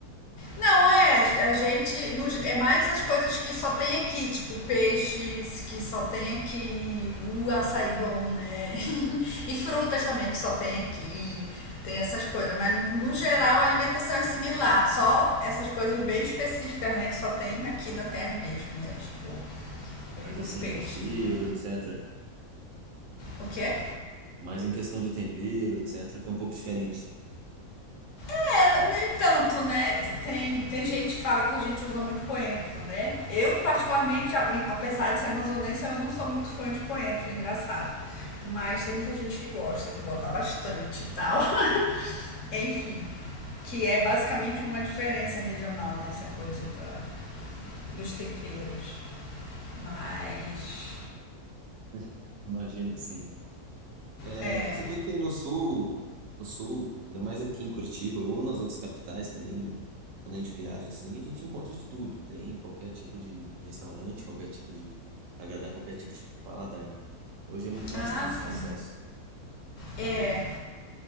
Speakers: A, on the left; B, on the right.
A: Não, é, a gente. no- É mais as coisas que só tem aqui, tipo peixes, que só tem aqui, o açaí bom, né? <laughs> E frutas também que só tem aqui. Tem essas coisas. Mas no no geral a alimentação é similar. Só essas coisas bem específicas, né? Que só tem aqui na terra mesmo, né? Tipo, tem
B: Mais assim,
A: uns peixes,
B: tempero,
A: né?
B: etc.
A: O quê?
B: Mais em questão de tempero, etc., que é um pouco diferente.
A: É, nem tanto, né? Tem, tem gente que fala que a gente usa muito coentro, né? Eu, particularmente, apesar de ser amazonense, eu não sou muito fã de coentro, é engraçado. Mas tem muita gente que gosta de botar bastante e tal. <laughs> Enfim, que é basicamente uma diferença regional nessa coisa do, dos temperos. Mas.
B: <laughs> Imagino que sim. É,
A: É.
B: você vê que no sul, no sul, ainda mais aqui em Curitiba ou nas outras capitais também, quando a gente viaja assim, a gente encontra de tudo. Tem qualquer tipo de restaurante, qualquer tipo de agradar qualquer tipo de paladar, né? Hoje é muito mais
A: Ah,
B: fácil
A: sim.
B: o acesso. Não-
A: É.